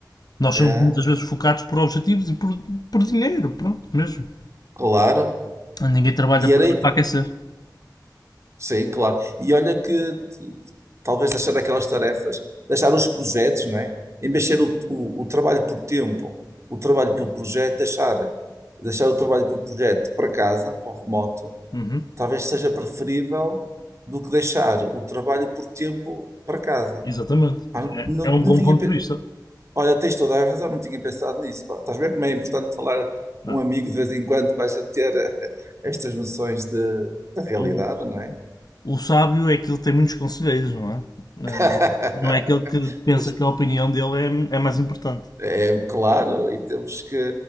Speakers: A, on the left; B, on the right.
A: Nós
B: É,
A: somos muitas vezes focados por objetivos e por, por dinheiro, pronto, mesmo.
B: claro.
A: Ninguém trabalha
B: E
A: para,
B: era.
A: para aquecer.
B: Sim, claro. E olha que t- talvez deixar aquelas tarefas, deixar os projetos, não é? Em vez de ser o, o, o trabalho por tempo, o trabalho por projeto, deixar, deixar o trabalho por projeto para casa, para o remoto,
A: Uhum,
B: talvez seja preferível do que deixar o trabalho por tempo para casa.
A: Exatamente.
B: Pá, não,
A: É,
B: não,
A: é um
B: não
A: bom
B: tinha.
A: ponto
B: pe-
A: de vista.
B: Olha, tens toda a razão, não tinha pensado nisso. Pá. Estás a ver como é importante falar com
A: não é?
B: um amigo de vez em quando para a gente ter <laughs> eh, estas noções de, da realidade,
A: O-
B: não é?
A: O sábio é aquele que tem muitos conselheiros, não é? Ah,
B: <laughs>
A: Não é aquele que pensa
B: Pois,
A: que a opinião dele é, é mais importante.
B: É é claro, e temos que.